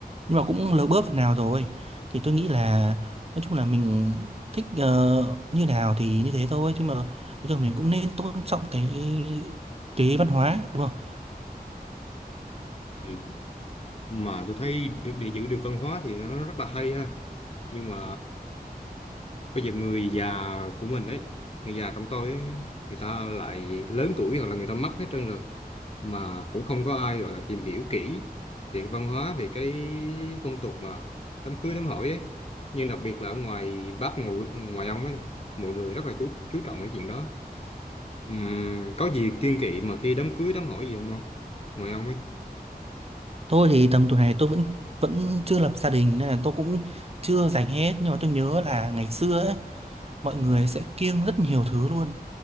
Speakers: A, on the right; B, on the left.
A: nhưng mà cũng lỡ bớt phần nào rồi thì tôi nghĩ là nói chung là mình thích ờ, như nào thì như thế thôi chứ mà nói chung là mình cũng nên tôn trọng cái cái văn hóa đúng không
B: ừ. mà tôi thấy được- để giữ được văn hóa thì nó rất là hay ha nhưng mà bây giờ người già của mình ấy người già trong tôi ấy, người ta lại lớn tuổi hoặc là người ta mất hết trơn rồi mà cũng không có ai gọi là tìm hiểu kỹ về cái văn hóa về cái phong tục mà đám cưới đám hỏi ấy nhưng đặc biệt là ở ngoài Bắc ngoài, ngoài ông ấy mọi người rất là chú chú trọng cái chuyện đó Ừm, có gì kiêng kỵ mà khi đám cưới đám hỏi gì không không ngoài ông ấy
A: Tôi thì tầm tuổi này tôi vẫn vẫn chưa lập gia đình nên là tôi cũng chưa dành hết nhưng mà tôi nhớ là ngày xưa ấy, mọi người sẽ kiêng rất nhiều thứ luôn